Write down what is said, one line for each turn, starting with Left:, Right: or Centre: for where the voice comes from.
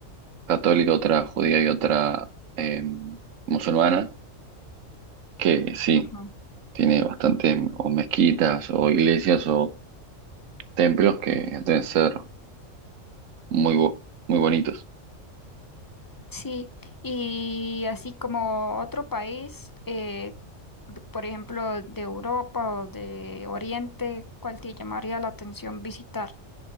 Right: católica, otra judía y otra eh, musulmana, que sí,
Left: Ajá.
Right: tiene bastantes o mezquitas o iglesias o templos que deben ser muy, bo- muy bonitos.
Left: Sí, y así como otro país, eh, d- por ejemplo, de Europa o de Oriente, ¿cuál te llamaría la atención visitar?